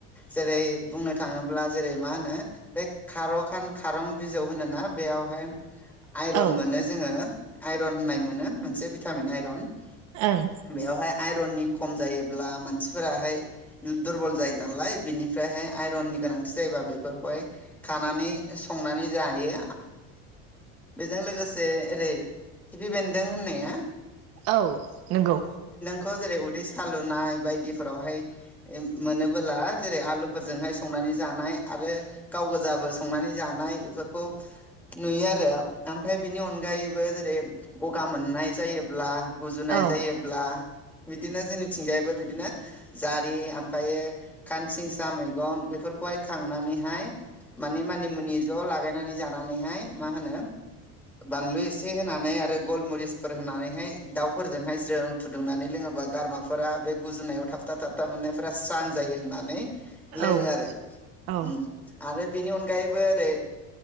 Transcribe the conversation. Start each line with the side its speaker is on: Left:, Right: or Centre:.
Centre: जेरै बुंनो थाङोब्ला जेरै मा होनो बे खार खान खारं बिजौ होनोना बेयावहाय आइरन
Right: औ
Centre: मोनो जोङो। आइरन होननाय मोनो। मोनसे भिटामिन आइरन ।
Right: ओं
Centre: बेवहाय आइ आइरननि खम जायोब्ला मानसिफोराहाय दुरबल जायो नालाय बिनिफ्राय हाय आइरननि गोनांथि जायोबा बेफोरखौहाय खानानै संनानै जायो बेजों लोगोसे ओरै खिफि बेनदों होननाया
Right: औ नंगौ।
Centre: खौ जेरै उदै सालुनाय बायदिफोरावहाय मोनोबोला जेरै आलुफोरजोंहाय संनानै जानाय आरो गाव गोजाबो संनानै जानाय बेफोरखौ नुयो आरो ओमफ्राय बिनि अनगायैबो जेरै गगा मोननाय जायोब्ला गुजुनाय
Right: औ
Centre: जायोब्ला बिदिनो जोंनिथिंजायबो बिदिनो जारि ओमफ्राय खानसिंसा मैगं बेफोरखौहाय खांनानैहाय माने मुनि मुनि ज लागायनानै जानानैहाय मा होनो बानलु एसे होनानै आरो गलमुरिसफोर होनानैहाय दाउफोरजोंहाय ज्रोम फुदुंनानै लोङोबा गारमाफोरा बे गुजुनायाव थाबथा थाबथा मोननायफोरा स्रां जायो होननानै
Right: औ
Centre: लोङो आरो आरो
Right: औ
Centre: उम आरो बिनि अनगायैबो ओरै